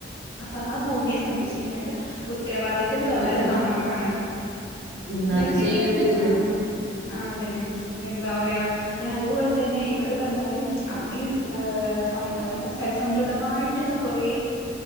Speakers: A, on the left (about 85°); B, on the right (about 70°).
A: അപ്പൊ ആഹ് ഭൂമിയെ സംരക്ഷിക്കേണ്ട ഉത്തരവാദിത്തംന്ന് പറ്ഞ്ഞാ
B: ഒത്ത്
A: അത് നമ്മക്കാണ്
B: ഉം
A: നിങ്ങക്ക്
B: അത് ചെയ്യൂല്ല
A: കേക്കും ആഹ്, ആഹ് അതന്നെ, എന്താ പറയ പിന്നെ അത്പോലെ തന്നെ ഇവടെ പറ്ഞ്ഞാല് അതി ഏഹ് സം എന്ത സൽസമൃദ്ധമായിട്ട്ള്ള കൊറേ